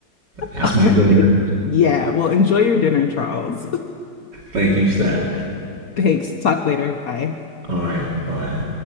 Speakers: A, on the right; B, on the left.
A: that's
B: All
A: my
B: right.
A: dinner.
B: Yeah. Well, enjoy your dinner, Charles.
A: Thank you, Steph.
B: <laughs> Thanks. Talk later. Bye.
A: All right, bye.